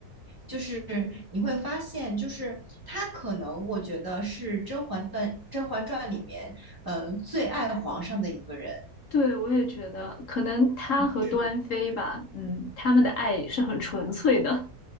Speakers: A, on the right; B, on the left.
A: 就是你会发现，就是他可能我觉得是《甄嬛传》《甄嬛传》里面，呃，最爱皇上的一个人。
B: 对，我也觉得，可能她和端妃吧，
A: 是的，
B: 嗯，他们的爱是很纯粹的，